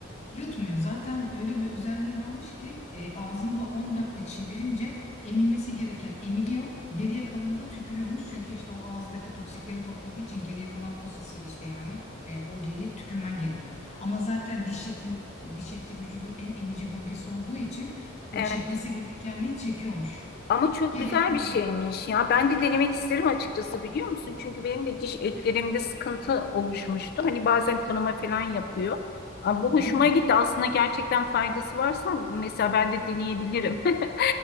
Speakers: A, on the left (about 35°); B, on the left (about 50°).
A: Yutmuyor. Zaten öyle bir özelliği varmış ki e, ağzında 10 dakika çevirince emilmesi gereken emiliyor. Geriye kalanı da tükürüyormuş. Çünkü işte o ağızdaki toksikleri topladığı için geriye kalan posasıydı işte yani. E, o geriye tükürmen gerekiyor. Ama zaten diş etin, diş eti vücudun en emici bölgesi olduğu için o
B: Evet
A: çekmesi gerekenliği çekiyormuş.
B: ama çok
A: Geriye
B: güzel
A: kalanı.
B: bir şeymiş ya ben de denemek isterim açıkçası biliyor musun? Çünkü benim de diş etlerimde sıkıntı oluşmuştu hani bazen kanama falan yapıyor. Ama bu
A: Öyle
B: hoşuma
A: mi?
B: gitti aslında gerçekten faydası varsa mesela ben de deneyebilirim. <laughs>